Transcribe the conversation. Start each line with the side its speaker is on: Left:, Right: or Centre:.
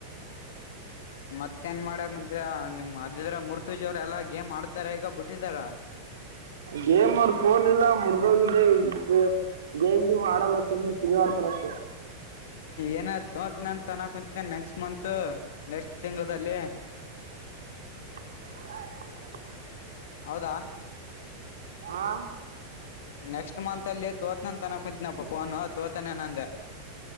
Left: ಮತ್ತೇನ್ ಮಾಡಕ್ಂ ನಿಮ್ ಅದದ್ರ ಮುರ್ತುಜಿ ಅವ್ರ ಎಲ್ಲಾ ಗೇಮ್ ಆಡ್ತಾರ ಈಗ ಬಿಟ್ಟಿದಾರ <inaudible>
Right: ಗೇಮ್ ಅವ್ರ ಫೋನ್ ಇಲ್ಲ ಮುರ್್ದೋಗಿದ್ದ ಗೇಮ್ಗೆ ಮಾಡಲ್ಲ ಸುಮ್ಮ್ನೆ ಇ ಆಡ್ತಾರೆ ಅಷ್ಟೇ
Left: ಏನ ತೋದನ ಅಂತ ಅನ್ನಕಂತಿ ನೆಕ್ಸ್ಟ್ ಮತ್ ನೆಕ್ಸ್ಟ್ ತಿಂಲ್ಲಿ <inaudible>
Right: ಹ
Left: ಹೌದಾ
Right: ಹಾ
Left: ನೆಕ್ಸ್ಟ್ ಮಂತ್ ಅಲ್ಲಿ ಹೋತ್ನಂತನ ಕುನನ್ ಹತ್ ತೋತನೆ ನಂದೆ